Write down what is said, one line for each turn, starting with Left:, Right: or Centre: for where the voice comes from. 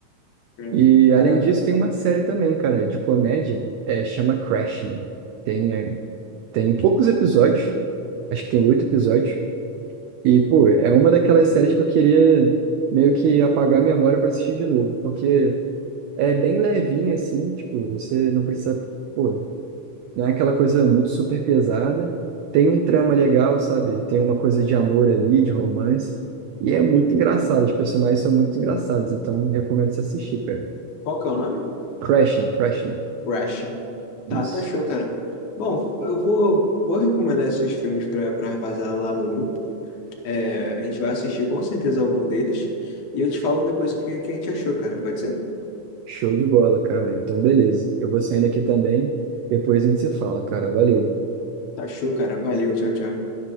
Left: É.
Right: E, além
Left: Cara,
Right: disso, tem uma série também, cara, de comédia, é, chama Crashing. Tem, é, Tem poucos episódios, acho que tem oito episódios. E, pô, é uma daquelas séries que eu queria meio que apagar a memória pra assistir de novo, porque é bem levinha, assim, tipo, você não precisa, pô, não é aquela coisa muito super pesada. Tem um trama legal, sabe? Tem uma coisa de amor ali, de romance. E é muito
Left: uhum.
Right: engraçado, os personagens são muito engraçados, então recomendo você assistir, cara.
Left: Qual que é o nome?
Right: Crashing, Crashing.
Left: Rushing.
Right: Isso.
Left: Tá, tá show, cara. Bom, eu vou, vou recomendar esses filmes pra, pra rapaziada lá no grupo. É, a gente vai assistir com certeza algum deles. E eu te falo depois o que, que a gente achou, cara. Pode ser?
Right: Show de bola, cara. Então, beleza. Eu vou saindo aqui também. Depois a gente se fala, cara. Valeu.
Left: Tá show, cara. Valeu, tchau, tchau.